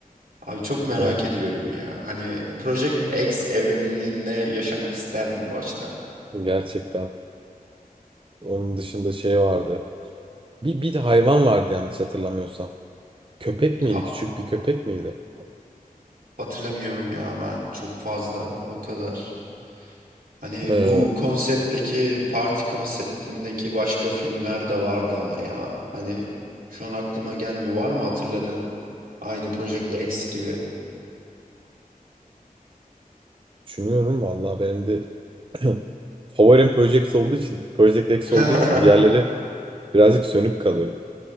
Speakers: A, on the right; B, on the right.
A: Abi çok merak
B: evet.
A: ediyorum ya. Hani Project X evreninde yaşamak isterdim bu açıdan.
B: Gerçekten. Onun dışında şey vardı. Bir, bir de hayvan vardı yanlış hatırlamıyorsam. Köpek miydi?
A: Ha-
B: Küçük bir köpek miydi? <laughs>
A: hatırlamıyorum ya ben çok fazla o kadar. Hani
B: Ee,
A: bu konseptteki parti konseptindeki başka filmler de vardı ama ya. Hani şu an aklıma gelmiyor. Var mı hatırladın? Aynı Project X gibi.
B: düşünüyorum vallahi benim de <clears throat> Favorim Project olduğu için, Project X
A: <laughs>
B: olduğu için diğerleri birazcık sönük kalıyor.